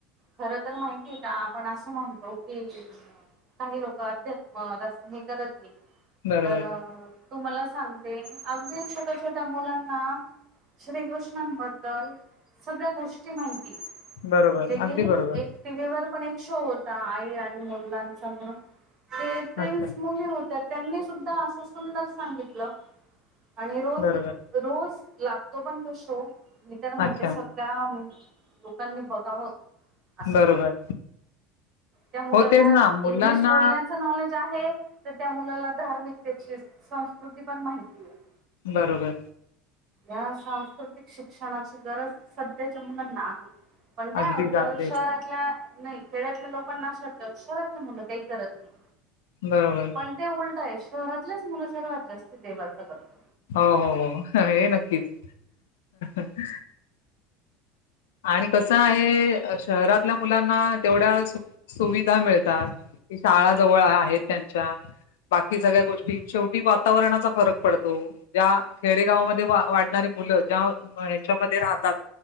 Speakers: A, on the right (about 40°); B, on the left (about 65°).
A: खर तर माहिती आहे का आपण असं म्हणतो की काही लोक अध्यात्म हे करत
B: बरोबर
A: तर तू मला सांगते. अगदी छोट्या छोट्या मुलांना श्रीकृष्णांबद्दल सगळ्या गोष्ट माहिती
B: बरोबर
A: जे की
B: अगदी बरोबर
A: एक टी व्ही वर पण एक शो होता आई आणि मुलांचा म्हणून ते ट्विन्स
B: अच्छा
A: मुली होतात. त्यांनी सुद्धा असं सुंदर सांगितलं. आणि रोज
B: बरोबर
A: रोज लाग तो पण कसो मी तर म्हणते
B: अच्छा
A: सध्या लोकांनी बघावं अस
B: बरोबर
A: त्या मुलाला
B: हो तेच ना मुलांना
A: इंग्लिश बोलण्याच नॉलेज आहे. तर त्या मुलाला धार्मिकतेची, संस्कृतीची पण माहितीआहे.
B: बरोबर
A: या सांस्कृतिक शिक्षणाची गरज सध्या मुलांनाआहे. पण काय
B: अगदीच
A: होतं
B: अगदीच
A: शहरातला नाही खेड्यातल्या लोक नाशवात शहरातले मुलं काही करत नाहीत.
B: बरोबर
A: पण ते उलट घरातल्याच मूल सर्वात जास्त देवाचं करतात
B: हो हो हो हे नक्कीच. <inaudible> आणि कसं आहे शहरातल्या मुलांना तेवढ्या सु सुविधा मिळतात की शाळा जवळ आहेत त्यांच्या बाकी सगळ्या गोष्टी शेवटी वातावरणाचा फरक पडतो, ज्या खेडेगावामध्ये वाढणारी मुलं ज्या ह्यांच्यामध्ये राहतात